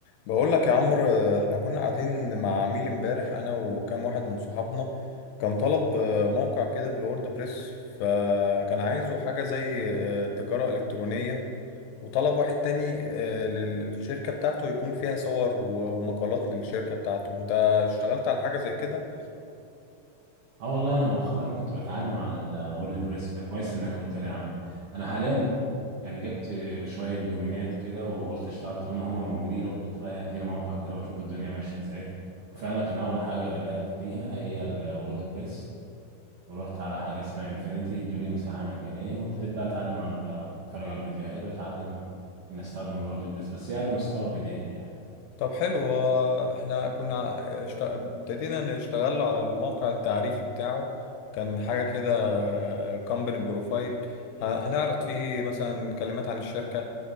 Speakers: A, on the left; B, on the right.
A: بقول لك يا عمرو احنا كنا قاعدين مع عميل امبارح انا وكام واحد من صحابنا كان طلب آه، موقع كده بالورد بريس فكان عايزه حاجة زي آه، تجارة إلكترونية وطلب واحد تاني آه، لل- للشركة بتاعته يكون فيها صور و- ومقالات للشركة بتاعته انت اشتغلت على حاجة زي كده
B: اه والله انا مؤخرا كنت بتعلم على الورد بريس ده كويس انك قلت لي يا عم انا حاليا يعني جبت شويه دومينات كده وقلت اشتغل طالما هما موجودين قلت بقى هبني لي موقع كده واشوف الدنيا ماشيه ازاي وفعلا كان اول حاجه لجأت ليها هي الورد بريس ورحت على حاجه اسمها انفينيتي ادوني مساحه مجانيه وابتديت بقى اتعلم على اتفرج على الفيديوهات واتعلم ان استخدم الورد بريس بس يعني مستوى بدائي يعني
A: طب حلو هو احنا كنا اشت- ابتدينا نشتغل على الموقع التعريفي بتاعه كان حاجة كده كومباني بروفايل هنعرض فيه مثلا كلمات عن الشركة